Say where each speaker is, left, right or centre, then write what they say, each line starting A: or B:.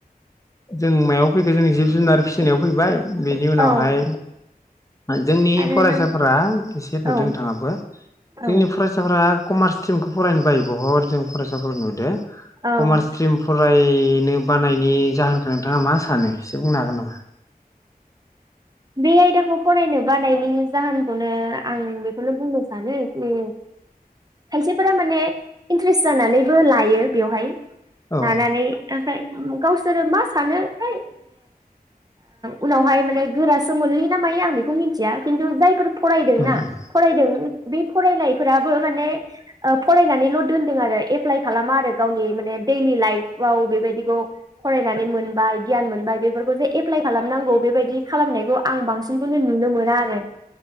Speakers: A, on the left; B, on the right.
A: जों मायाव फैखो जोंनि जिब जुनार फिसि नायाव फैबाय बेनि उनावहाय
B: औ
A: जोंनि
B: आरो
A: फरायसाफोरा
B: जों
A: एसे
B: औ
A: नुदों थाङाबो
B: औ
A: जोंनि फरायसाफोरा कमार्स स्ट्रिमखौ फरायनो बायो बहुत जों फरायसाफोर नुहु दों
B: औ
A: कमार्स स्ट्रिम फराय बेनो बानायनि जाहोनखौ नोंथाङा मा सानो एसे बुंनो हागोन नामा?
B: बे आयदाखौ फरायनो बानायनि जाहोनखौनो आं बेखौनो बुंनो सानो जे खायसेफोरा माने इन्ट्रेस्ट जानानैबो लायो बेवहाय
A: औ
B: लानानै गावसोरो मा सानोथाय उनावहाय माने गोरा सो मोनहैयो ना मायो आं बेखौ मिथिया खिन्थु जायफोर फरायदोंना
A: उम उम
B: फरायदों बे फरायनायफोराबो माने फरायनानैल दोनदों आरो एप्लाइ खालामा आरो गावनि माने देइलि लाइफआव बेबायदिखौ फरायनानै मोनबाय गियान मोनबाय बेफोरखौ जे एप्लााय खालामनांगौ बेबायदि खालामनाय बेखौ आं बांसिनखौनो नुनो मोना आरो